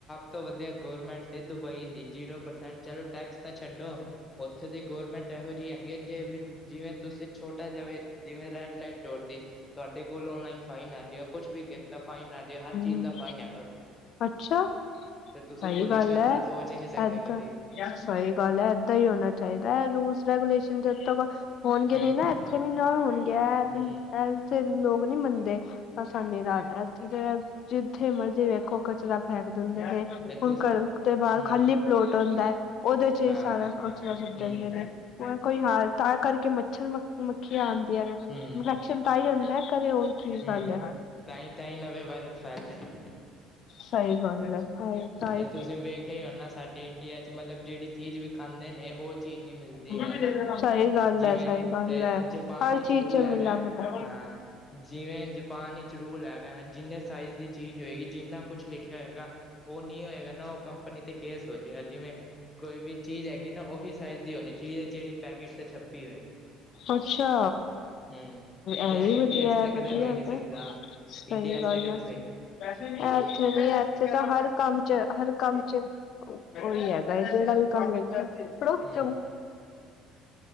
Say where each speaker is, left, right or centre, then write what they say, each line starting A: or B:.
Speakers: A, on the left; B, on the left.
A: ਸਭ ਤੋਂ ਵਧੀਆ ਗਵਰਮੈਂਟ ਦੁਬਈ ਦੀ, ਜੀਰੋ ਪਰਸੈਂਟ ਚਲੋ ਟੈਕਸ ਤਾਂ ਛੱਡੋ। ਉੱਥੇ ਦੀ ਗੌਰਮੈਂਟ ਇਹੋ ਜਿਹੀ ਹੈਗੀ ਹੈ, ਜੇ ਵੀ ਜਿਵੇਂ ਤੁਸੀਂ ਛੋਟਾ ਜੇਵੇ ਜਿਵੇਂ ਰੈਡ ਲਾਈਟ ਛੋੜ ਤੀ ਤੁਹਾਡੇ ਕੋਲੋ ਓਨਲਾਈਨ ਫਾਈਨ ਯਾ ਕੁਛ ਵੀ ਕਹਿਤਾ ਫਾਈਨ ਆ ਜੇ, ਹਰ
B: ਹਮ
A: ਚੀਜ਼ ਦਾ ਫਾਈਨ ਹੈਗਾ ਉਥੇ।
B: ਅੱਛਾ
A: ਤੇ ਤੁਸੀਂ
B: ਸਹੀ
A: ਪੋਲਿਊਸ਼ਨ
B: ਗੱਲ ਹੈ
A: ਤਾਂ ਸੋਚ ਹੀ ਨਹੀਂ ਸਕਦੇ
B: ਏਦਾਂ
A: ਕਦੀ।
B: ਸਹੀ ਗੱਲ ਹੈ ਏਦਾਂ ਹੀ ਹੋਣਾ ਚਾਹੀਦਾ ਹੈ, ਇਹ ਰੂਲਸ ਰੈਗੂਲੇਸ਼ਨ ਜਦ ਤ ਹੋਣਗੇ
A: ਹੂੰ
B: ਨਹੀਂ ਨਾ ਇੱਥੇ ਨੀ ਨਾ ਹੋਣਗੇ, ਇਹ
A: ਹੂੰ
B: ਫੇਰ ਲੋਕ ਨਹੀਂ ਮੰਨਦੇ। ਆਸਾਨੀ ਨਾਲ, ਇੱਥੇ ਤਾਂ ਜਿੱਥੇ ਮਰਜ਼ੀ ਵੇਖੋ ਕਚਰਾ ਫੇਕ ਦਿੰਦੇ ਨੇ। ਹੁਣ
A: ਤੇ ਤੁਸ
B: ਘਰ ਤੋਂ ਬਾਅਦ
A: ਹੂੰ
B: ਖਾਲੀ ਪਲੋਟ ਹੁੰਦਾ ਹੈ, ਔਹਦੇ ਚ ਹੀ
A: ਹਾਂ
B: ਸਾਰਾ
A: ਹਾਂ
B: ਕਚਰਾ
A: ਹੂੰ
B: ਸੁੱਟ ਜਾਂਦੇ ਨੇ। ਹੈ ਕੋਈ ਹਾਂਲ, ਤਾਂ ਕਰਕੇ ਮੱਛਰ ਮ ਮੱਖੀਆਂ ਆਉਂਦੀਆਂ ਨੇ ਇਨਫੈਕਸ਼ਨ
A: ਹੂੰ
B: ਤਾਂ ਹੀ ਹੁੰਦਾ ਹੈ। ਘਰੇ ਹੋਰ ਕੀ
A: ਹੂੰ
B: ਗੱਲ ਆ।
A: ਤਾਂਹੀ ਤਾਂਹੀ ਨਵੇਂ ਵਾਇਰਸ ਫੈਲਦੇ ਨੇ
B: ਸਹੀ ਗੱਲ ਆ, ਤਾਈਂ
A: ਤੇ ਤੁਸੀਂ ਵੇਖਿਆ ਹੀ ਹੋਣਾ ਸਾਡੇ ਇੰਡੀਆ ਚ ਮਤਲਬ ਜਿਹੜੀ ਚੀਜ਼ ਵੀ ਖਾਂਦੇ ਨੇ, ਉਹ ਚੀਜ਼ ਨਹੀਂ ਮਿਲਦੀ
B: ਸਹੀ
A: ਹਨਾ।
B: ਗੱਲ
A: ਜਿਵੇਂ
B: ਹੈ, ਸਹੀ ਗੱਲ
A: ਤੇ
B: ਹੈ।
A: ਜਪਾਨ
B: ਹਰ
A: ਵਿੱਚ
B: ਚੀਜ਼
A: ਰੂਲ
B: ਚ
A: ਹੈਗਾ,
B: ਮਿਲਾਵਟ ਹੈ।
A: ਹਾਂ ਜਿਵੇਂ ਜਪ ਜਪਾਣ ਚ ਰੂਲ ਹੈਗਾ ਹੈ, ਜਿੰਨੇ ਸਾਈਜ਼ ਦੀ ਚੀਜ਼ ਹੋਏਗੀ ਜਿੰਨਾ ਕੁਛ ਲਿਖਿਆ ਹੋਏਗਾ ਔਹ ਨਹੀਂ ਹੋਏਗਾ ਨਾ ਉਹ ਕੰਮ ਆਪਣੇ ਤੇ ਕੇਸ ਹੋ ਜੇਗਾ, ਜਿਵੇਂ ਕੋਈ ਵੀ ਚੀਜ਼ ਹੈਗੀ ਨਾ ਉਹੀ ਸਾਈਜ਼ ਦੀ ਹੋਣੀ ਚਾਹੀਏ ਜਿਹੜੀ ਪੈਕਟ ਤੇ ਛੱਪੀ ਹੋਏ।
B: ਅੱਛਾ,
A: ਹਮ
B: ਐਵੀ
A: ਤੇ ਐ ਇੰਡੀਆ
B: ਵਧੀਆ
A: ਤੇ
B: ਐ
A: ਕਦੇ
B: ਵਧੀਆ
A: ਹੋ ਹੀ ਨਹੀਂ ਸਕਦਾ
B: ਫੇਰ। ਸਹੀ
A: ਇੰਡੀਆ ਵਾਸਤੇ
B: ਗੱਲ
A: ਕਦੇ
B: ਆ,
A: ਹੋਈ
B: ਇਹ
A: ਹਮ
B: ਇਥੇ ਇੱਥੇ ਤਾਂ ਹਰ ਕੰਮ ਚ, ਹਰ ਕੰਮ ਚ ਔਹੀ ਹੈਗਾ ਹੈ, ਜਿਹੜਾ ਵੀ ਕੰਮ ਹੈਗਾ ਪੜੋਸ
A: ਹਮ
B: ਚੋ